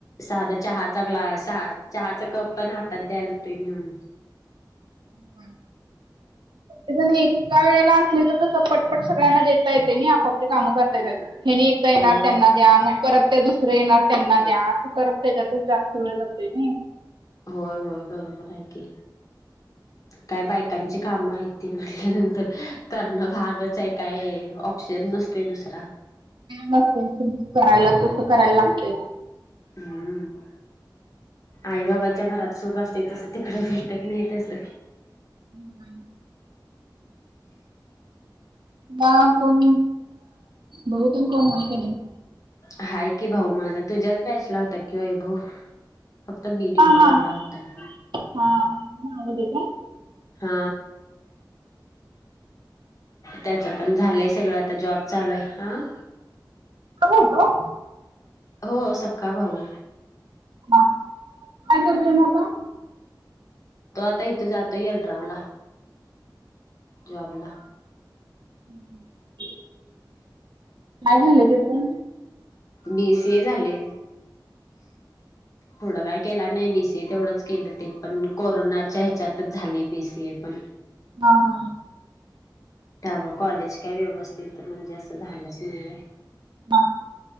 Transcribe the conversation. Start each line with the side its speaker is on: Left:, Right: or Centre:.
Left: साधा चहाचा ग्लास,, हां, चहाचा कप पण हातात द्यायला लागतोय नेऊन.
Right: हम्, ते जण एका वेळेला असले तर तसं पटपट सगळ्यांना देता येतय नाही,, आपापली कामं करता येत येतऽ हेनी एकदा येणार
Left: होय
Right: त्यांनाऽ द्या, मग परत त्या दुसरे येणार त्यांना द्या, असं करत त्याच्यातच जास्त वेळ जातोय नाही.
Left: होय, होय, बरोबर हाय की, काय बायकऽ लोकांची कामं आहेत ती म्हटल्यानंतर,, करणं भागच आहे, काय ऑप्शन नसतय दुसरा.
Right: न त करायला तुसं करायला लागतय,,
Left: हम्म, आई बाबाच्या घरात सुख असतय, तस तिकडे भेटत नाही तसं.
Right: हम्, ह, ना कोण, भाऊतन कोण हायत का नाही?
Left: हाय की भाऊ माझा तुझ्याच बॅचला होता कि वैभव. फक्त बी डिव्हजन
Right: हा हा
Left: ला होतय.
Right: हा,, गदी आहे
Left: हा, त्याच पण झालंय सगळ आता जॉबऽ चालू आय,, हां,,
Right: हुतोऽ
Left: हो सका भाऊ.
Right: ह,, काय करतोय म आता?
Left: तो आता इथं जातोय यड्राव ला. जॉबला.
Right: ह् ते काय झालं तेथून?
Left: बी सी ए झाले. पुढ काय केलं नाही बी सी ए तेवढंच केलं ते पण कोरोनाच्या ह्याच्यातच झाले बी सी ए पण.
Right: हा हा.
Left: त्या कॉलेज काय व्यवस्थित म्हणजे असं झालंच नाहीय.
Right: ह